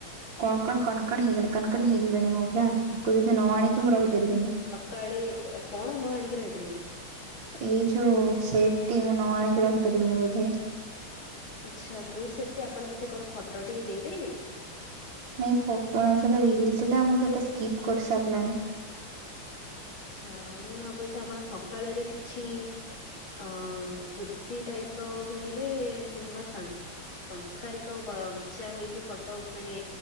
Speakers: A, on the right; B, on the left.
A: କଣ କଣ କଣକଣ ହେଇଗଲା କଣକଣ ହେଇଗଲାଣି ମଁ ପୁରା ତାକୁ ଯଦି ନ ଆଣିକି ମୁଁ ରହିପାରିବିନି।
B: କାଳେ କଣ ନ ଆଣିକି ରହିପାରିବେନି।
A: ଏଇ ଯୋଉ ସେଟଟି ମୁଁ ନ ଆଣିକି ରହିପାରିବିନି ବୋଧେ।
B: ଆଚ୍ଛା କୋଉ ସେଟଟି ଆପଣ ମତେ କଣ ଫଟୋ ଟିକେ ଦେଇପାରିବେ।
A: ନାଇଁ ଫଟୋ ନଁ ସେଟା ରିଲ ଥିଲା ମୁଁ ସେଇଟା ସ୍କିପ୍ କରି ସାରିଲାଣି
B: ଆ୍ଛା ମୁଁ ଭାବୁଛି ଆପଣ ସକାଳରେ କିଛି ଅଁ କୁର୍ତ୍ତି ଟାଇପ ର କିଣିଲେ କିମ୍ବା ସାଂସ ସଂସ୍କାରିକ ବଚା ହେଇକି ଫଟୋ ମାନେ